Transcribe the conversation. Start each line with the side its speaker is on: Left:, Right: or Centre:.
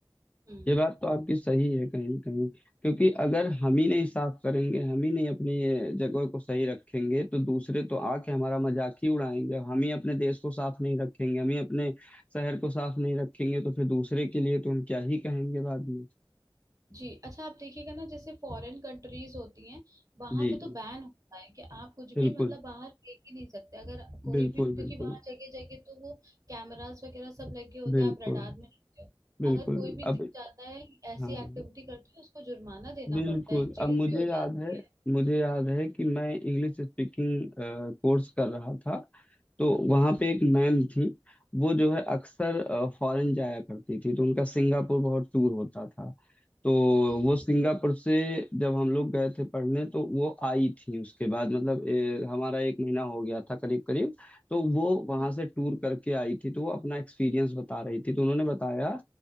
Right: हम्म
Left: ये बात तो आपकी सही है कहीं ना कहीं क्योंकि अगर हम ही नहीं साफ करेंगे हम ही नहीं अपनी ये जगह को सही रखेंगे तो दूसरे तो आके हमारा मजाक ही उड़ाएंगे हम ही अपने देश को साफ नहीं रखेंगे हम ही अपने शहर को साफ नहीं रखेंगे तो फिर दूसरे के लिए तो हम क्या ही कहेंगे बाद में
Right: जी अच्छा आप देखिएगा ना जैसे फॉरेन कंट्रीज होती हैं वहां
Left: जी
Right: पे
Left: जी
Right: तो बैन होता है कि आप कुछ
Left: बिल्कुल
Right: भी मतलब बाहर फेंक ही नहीं सकते अगर कोई
Left: बिल्कुल
Right: भी क्योंकि
Left: बिल्कुल
Right: वहां जगह जगह तो वो कैमरास वगैरह सब लगे होते
Left: बिल्कुल
Right: हैं आप रडार में रहते हो
Left: बिल्कुल
Right: अगर कोई भी
Left: अब
Right: दिख जाता है ऐसी
Left: हाँ
Right: एक्टिविटी करते है उसको जुर्माना देना
Left: बिल्कुल
Right: पड़ता है जेल
Left: अब मुझे
Right: भी हो
Left: याद
Right: जाती
Left: है
Right: है
Left: मुझे याद है कि मैं इंग्लिश स्पीकिंग कोर्स कर रहा था तो वहाँ
Right: हम्म
Left: पे एक मैम थी वो जो है अक्सर फॉरेन जाया करती थी तो उनका सिंगापुर बहुत टूर होता था तो
Right: हम्म
Left: वो सिंगापुर से जब हम लोग गए थे पढ़ने तो वो आई थी उसके बाद मतलब ए, हमारा एक महीना हो गया था करीब करीब तो वो वहाँ
Right: हम्म
Left: से टूर करके आई थी तो वो अपना एक्सपीरियंस बता रही थी तो उन्होंने बताया